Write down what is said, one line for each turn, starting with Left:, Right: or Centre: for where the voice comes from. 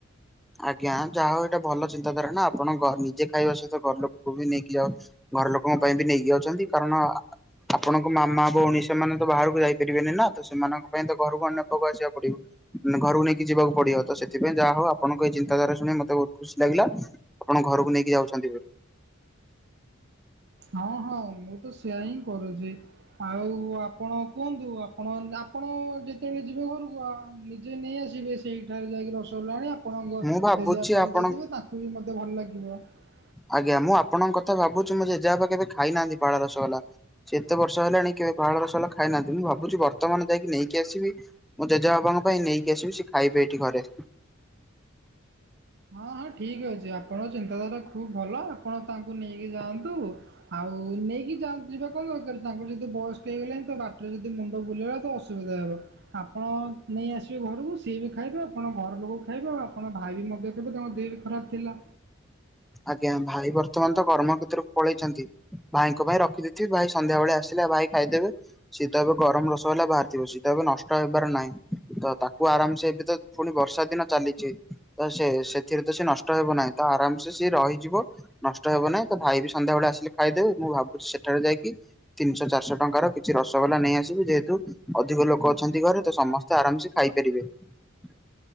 Centre: ଆଜ୍ଞା ଯାହା ହୋଉ ଏଇଟା ଭଲ ଚିନ୍ତାଧାରା ନା ଆପଣ ନିଜେ ଖାଇବା ସହିତ ଘର ଲୋକଙ୍କୁ ବି ନେଇକି ଯାଉ ଘର ଲୋକଙ୍କ ପାଇଁ ବି ନେଇକି ଯାଉଛନ୍ତି, କାରଣ- ଆପଣଙ୍କ ମାମା, ଭଉଣୀ ସେମାନେ ତ ବାହାରକୁ ଯାଇପାରିବେନି ନା, ତ ସେମାନଙ୍କ ପାଇଁ ତ ଘରକୁ <inaudible> ଆସିବାକୁ ପଡିବ। ଘରକୁ ନେଇକି ଯିବାକୁ ପଡିବ, ତ ସେଥିପାଇଁ ଯାହା ହଉ ଆପଣଙ୍କ ଏଇ ଚିନ୍ତାଧାରା ଶୁଣି ମତେ ବହୁତ ଖୁସି ଲାଗିଲା। ଆପଣ ଘରକୁ ନେଇକି ଯାଉଛନ୍ତି ବୋଲି।
Right: ହଁ ହଁ ମୁଁ ତ ସେଇଆ ହିଁ କରୁଛି । ଆଉ ଓ ଆପଣ କୁହନ୍ତୁ, ଆପଣ, ଆପଣ ଯେତେବେଳେ ଯିବେ ଘରକୁ ଆ ନିଜେ ନେଇ ଆସି <unintelligible> ସେଇଠାରେ ଯାଇକି ରସଗଲା ଆଣି ଆପଣଙ୍କ
Centre: ମୁଁ ଭାବୁଛି
Right: ଜେଜେବାପାଙ୍କୁ
Centre: ଆପଣ
Right: ଦେଇଦେବେ ତାଙ୍କୁ ବି ମୋତେ ଭଲ ଲାଗ <unintelligible>
Centre: ଆଜ୍ଞା ମୁଁ ଆପଣଙ୍କ କଥା ଭାବୁଛି ମୋ ଜେଜେବାପା କେବେ ଖାଇନାହାନ୍ତି ପାହାଳ ରସଗୋଲା। ସେ ଏତେ ବର୍ଷ ହେଲାଣି କେବେ ପାହାଳ ରସଗୋଲା ଖାଇନାହାନ୍ତି। ମୁଁ ଭାବୁଛି ବର୍ତ୍ତମାନ ଯାଇକି ନେଇକି ଆସିବି। ମୋ ଜେଜେବାପାଙ୍କ ପାଇଁ ନେଇକି ଆସିବି। ସେ ଖାଇବେ ଏଠି ଘରେ।
Right: ହଁ ହଁ ଠିକ ଅଛି। ଆପଣଙ୍କ ଚିନ୍ତାଧାରା ଖୁବ ଭଲ, ଆପଣ ତାଙ୍କୁ ନେଇକି ଯାଆନ୍ତୁ। ଆଉ ନେଇକି ଯିବା କଣ ଦରକାର? ତାଙ୍କର ଯଦି ବୟସ ହେଇଗଲାଣି ତ ବାଟରେ ଯଦି ଯଦି ମୁଣ୍ଡ ବୁଲେଇଲା ତ ଅସୁବିଧା ହେବ। ଆପଣ ନେଇ ଆସିବେ ଘରକୁ, ସିଏ ବି ଖାଇବେ ଆପଣ ଘର ଲୋକ ଖାଇବେ, ଆପଣ ଭାଇ ବି ମଧ୍ୟ ଖାଇବେ, ତାଙ୍କ ଦେହ ବି ଖରାପ ଥିଲା।
Centre: ଆଜ୍ଞା, ଭାଇ ବର୍ତ୍ତମାନ ତ କର୍ମକ୍ଷେତ୍ରକୁ ପଳେଇଛନ୍ତି। ଭାଇଙ୍କ ପାଇଁ ରଖିଦେଇଥିବି। ଭାଇ ସନ୍ଧ୍ୟାବେଳେ ଆସିଲା ଭାଇ ଖାଇଦେବେ। ସିଏ ତ ଏବେ ଗରମ ରସଗୋଲା ବାହାରିଥିବ। <unintelligible> ନଷ୍ଟ ହେଇବାର ନାହିଁ। ତ ତାକୁ ଆରାମସେ ଏବେ ତ ପୁଣି ବର୍ଷା ଦିନ ଚାଲିଛି। ତ ସେ ସେଥିରେ ତ ସେ ନଷ୍ଟ ହେବ ନାହିଁ। ତ ଆରାମ ସିଏ ରହିଯିବ ନଷ୍ଟ ହେବ ନାହିଁ। ତ ଭାଇ ବି ସନ୍ଧ୍ୟାବେଳେ ଆସିଲେ ଖାଇଦେବେ। ମୁଁ ଭାବୁଛି ସେଠାରେ ଯାଇକି ତିନିଶହ ଚାରିଶହ ଟଙ୍କାର କିଛି ରସଗୋଲା ନେଇଆସିବି। ଯେହେତୁ ଅଧିକ ଲୋକ ଅଛନ୍ତି ଘରେ। ତ ସମସ୍ତେ ଆରାମସେ ଖାଇବେ । <unintelligible>